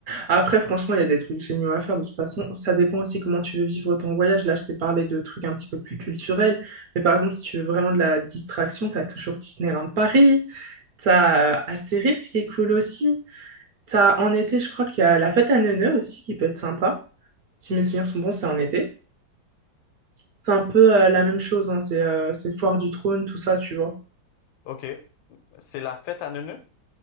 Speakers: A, on the right; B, on the left.
A: Après franchement il y a des trucs géniaux à faire de toute façon, ça dépend aussi comment tu veux vivre ton voyage. Là je t'ai parlé de trucs un petit peu plus culturels, mais par exemple si tu veux vraiment de la distraction, t'as toujours Disneyland Paris, t'as euh, Astérix qui est cool aussi. T'as en été, je crois qu'il y a la fête à Neuneu aussi qui peut être sympa. Si mes souvenirs sont bons, c'est en été. C'est un peu euh, la même chose, hein, c'est euh, c'est Foire du Trône, tout ça, tu vois.
B: Ok, c'est la fête à Neuneu?